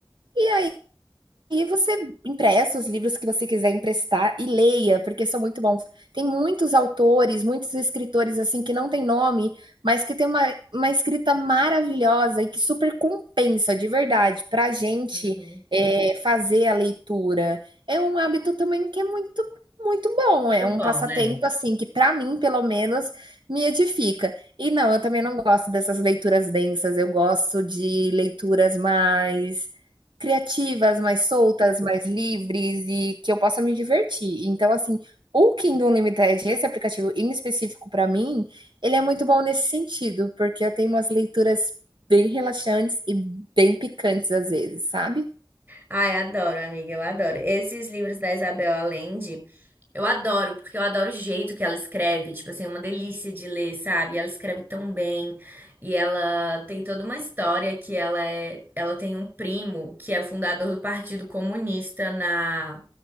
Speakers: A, on the right; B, on the right.
A: e e você empresta os livros que você quiser emprestar e leia, porque são muito bons. Tem muitos autores, muitos escritores assim que não tem nome, mas que tem uma, uma escrita maravilhosa e que super compensa de verdade para a gente
B: Uhum.
A: é, fazer a leitura. É um hábito também que é muito, muito bom. É
B: Muito
A: um
B: bom,
A: passatempo
B: né?
A: assim que para mim, pelo menos, me edifica. E não, eu também não gosto dessas leituras densas. Eu gosto de leituras mais Criativas, mais soltas, mais livres e que eu possa me divertir. Então, assim, o Kindle Unlimited, esse aplicativo em específico para mim, ele é muito bom nesse sentido, porque eu tenho umas leituras bem relaxantes e bem picantes às vezes, sabe?
B: Ai, adoro, amiga, eu adoro. Esses livros da Isabel Allende. Eu adoro, porque eu adoro o jeito que ela escreve, tipo assim, é uma delícia de ler, sabe? Ela escreve tão bem e ela tem toda uma história que ela é, ela tem um primo que é fundador do Partido Comunista na,